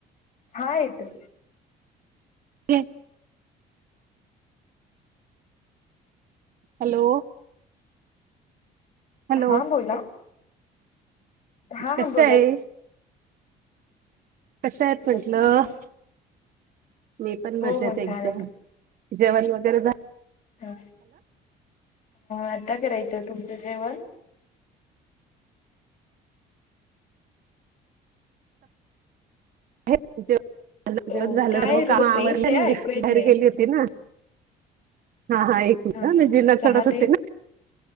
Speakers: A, on the left (about 50°); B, on the right (about 60°).
A: हा येतोय.
B: के <unintelligible> हॅलो, हॅलो.
A: हा बोला हा हा
B: कशा
A: बोला
B: आहे?
A: की
B: कशा आहेत म्हंटलं?
A: हो
B: मी पण मजेत
A: हो
B: आहे एकदम
A: छान
B: जेवण वगैरे झाल.
A: ह आता करायचं. तुमचं जेवण?
B: हेच जेवण
A: अ
B: झालं
A: काय
B: तर मग सर्व
A: र
B: काम आवरल्यानी
A: रेंज नाही ऐकू
B: घरी
A: येत
B: बाहेर
A: नाही
B: गेली होती ना. हा हा एक मिनट
A: हा
B: जिन्हा
A: हा.
B: चढत
A: चहा
B: होते
A: ते
B: ना.